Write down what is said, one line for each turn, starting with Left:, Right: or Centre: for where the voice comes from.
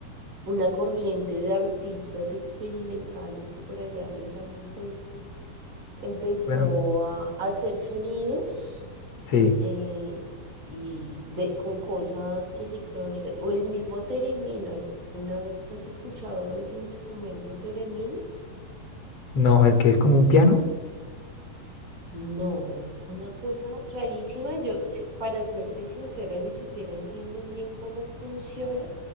Right: una corriente de artistas experimentales que por allá en los años 20 empezó
Left: bueno,
Right: a hacer sonidos
Left: sí.
Right: eh, y de, con cosas electrónicas o el mismo Teremin. ¿Alguna vez has escuchado el instrumento Teremin?
Left: No, el que es como un piano.
Right: No, es una cosa rarísima. Yo, si- para serte sincera, ni siquiera entiendo bien cómo funciona,